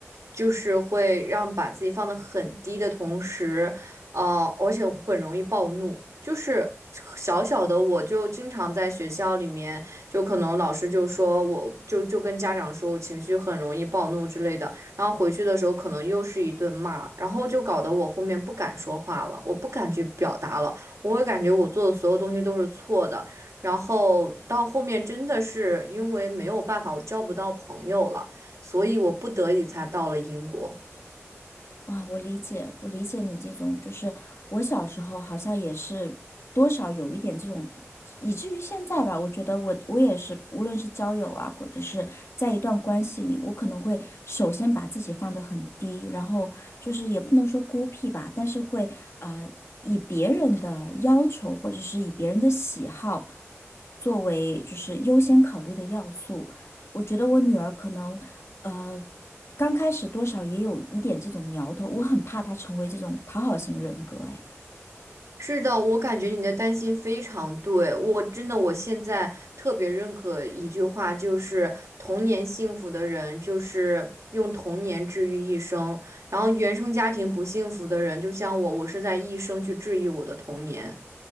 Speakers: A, on the right; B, on the left.
A: 就是会让把自己放得很低的同时，啊，而且很容易暴怒。就是小小的，我就经常在学校里面，就可能老师就说我就就跟家长说我情绪很容易暴怒之类的。然后回去的时候可能又是一顿骂，然后就搞得我后面不敢说话了，我不敢去表达了，我会感觉我做的所有东西都是错的，然后到后面真的是因为没有办法，我交不到朋友了，所以我不得已才到了英国。
B: 啊，我理解，我理解你这种，就是我小时候好像也是多少有一点这种，以至于现在吧，我觉得我我也是，无论是交友啊，或者是在一段关系里，我可能会首先把自己放得很低，然后就是也不能说孤僻吧，但是会呃以别人的要求或者是以别人的喜好作为就是优先考虑的要素，我觉得我女儿可能。呃。刚开始多少也有一点这种苗头，我很怕他成为这种讨好型人格，哎，
A: 是的，我感觉你的担心非常对，我真的我现在特别认可一句话，就是童年幸福的人就是用童年治愈一生，然后原生家庭不幸福的人，就像我，我是在一生去治愈我的童年。